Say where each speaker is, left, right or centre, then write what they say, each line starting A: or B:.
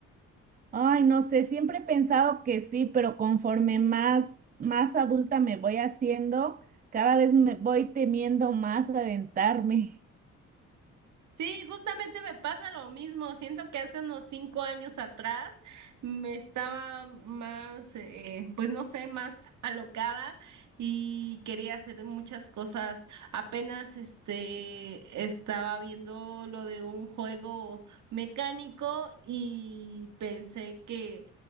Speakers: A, on the right (about 30°); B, on the right (about 70°).
A: Ay, no sé, siempre he pensado que sí, pero conforme más, más adulta me voy haciendo, cada vez me voy temiendo más aventarme.
B: Sí, justamente me pasa lo mismo. Siento que hace unos cinco años atrás me estaba más, eh, pues no sé, más alocada y quería hacer muchas cosas. Apenas este estaba viendo lo de un juego mecánico y pensé que